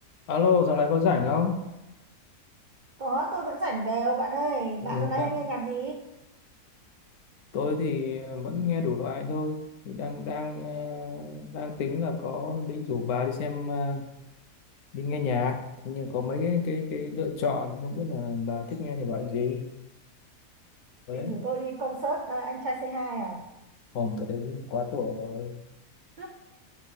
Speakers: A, on the left; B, on the right.
A: Alo, dạo này có rảnh không?
B: Có, tôi vẫn rảnh đều bạn ơi.
A: Ừ,
B: Bạn hôm nay
A: đang,
B: hay nghe nhạc gì?
A: tôi thì vẫn nghe đủ loại thôi. Thì đang đang ờ, đang tính là có định rủ bà đi xem ờ, đi nghe nhạc. Thế nhưng có mấy cái cái cái lựa chọn không biết là bà thích nghe thể loại gì. Đấy,
B: Định rủ tôi đi concert à, anh trai C2 à?
A: hôm tới đấy quá tuổi rồi.
B: <laughs>